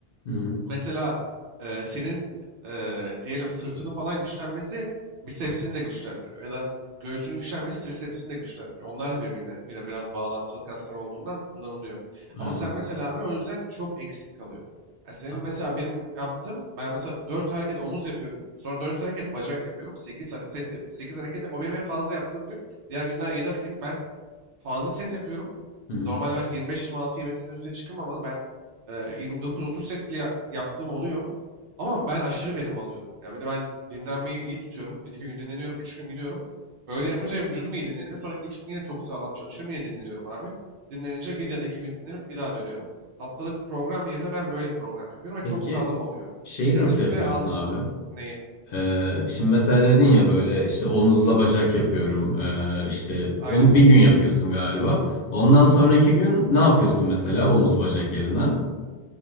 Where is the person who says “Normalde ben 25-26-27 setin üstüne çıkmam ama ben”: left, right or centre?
Right